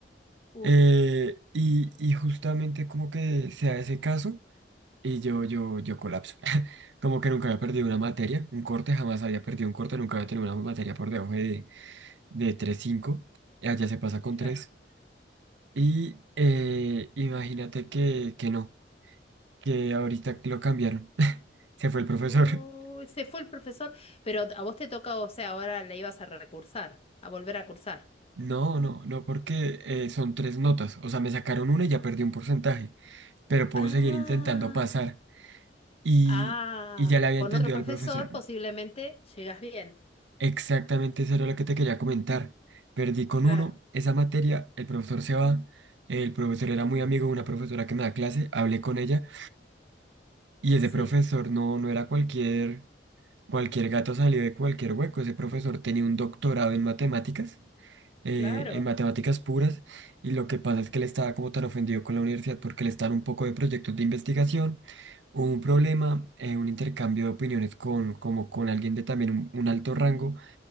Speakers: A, on the left (about 35°); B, on the right (about 80°).
A: Uf,
B: eh y, y justamente como que se da ese caso. Y yo, yo, yo colapso. <laughs> Como que nunca había perdido una materia, un corte, jamás había perdido un corte, nunca había tenido una materia por debajo de, de 3.5. y Allá se pasa con
A: claro.
B: tres Y eh, imagínate que, que no, que ahorita lo cambiaron. <laughs> Se fue el profesor.
A: Uy,
B: <laughs>
A: se fue el profesor, pero a vos te toca, o sea, ahora la ibas a recursar, a volver a cursar.
B: No, no, no, porque eh, son tres notas. O sea, me sacaron una y ya perdí un porcentaje. Pero puedo
A: Ah,
B: seguir intentando pasar. Y,
A: ah,
B: y ya le había
A: con
B: entendido
A: otro profesor
B: al profesor.
A: posiblemente llegas bien.
B: Exactamente, eso era lo que te quería comentar. Perdí con
A: Claro,
B: uno esa materia, el profesor se va, el profesor era muy amigo de una profesora que me da clase, hablé con ella y ese
A: sí,
B: profesor no, no era cualquier, cualquier gato salido de cualquier hueco, ese profesor tenía un doctorado en matemáticas, eh,
A: claro.
B: en matemáticas puras y lo que pasa es que él estaba como tan ofendido con la universidad porque le estaban un poco de proyectos de investigación, hubo un problema, eh, un intercambio de opiniones con, como con alguien de también un un alto rango.